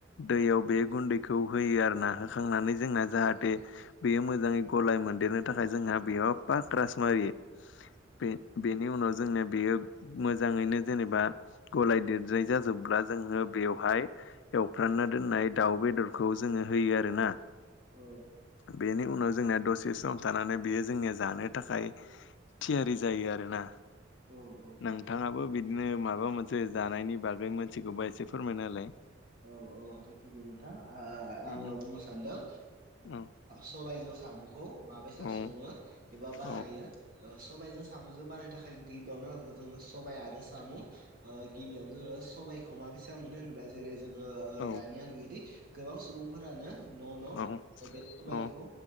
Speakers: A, on the left; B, on the right.
A: दैयाव बे गुन्दैखौ होयो आरोना होखांनानै जोंना जाहाथे बेयो मोजाङै गलाय मोनदेरनो थाखाय जोंहा बेयाव पाक्रास मारियो। बे बेनि उनाव जोंनिया बेयो मोजाङैनो जेनेबा गलाय देरनाय जाजोबब्ला जोङो बेवहाय एवफ्रानना दोननाय दाउ बेदरखौ जोङो होयो आरोना
B: औ
A: बेनि उनाव जोंनिया दसे सम थानानै बेयो जोंनिया जानो थाखाय थियारि जायो आरोना
B: औ औ
A: नोंथाङाबो बिदिनो माबा मोनसे जानायनि बागै मोनथिगौबा एसे फोरमायना होलाय
B: औ औ मिथिगौ नोंथां आङो
A: उम
B: बुंनो सानदों
A: औ
B: सबायजों साम'खौ मा बायसा
A: औ
B: सङो एबा बानायो
A: औ
B: सबायजों साम'जों बानायनो थाखा खाय गिबियावनो जोङो सबाय आरो साम' गिबियावनो जोङो सबायखौ माबेसा मोनो होनोबा जेरै जोङो
A: औ
B: दि गोबां सुबुंफोरानो न' न'
A: औ
B: बे सबायखौ
A: औ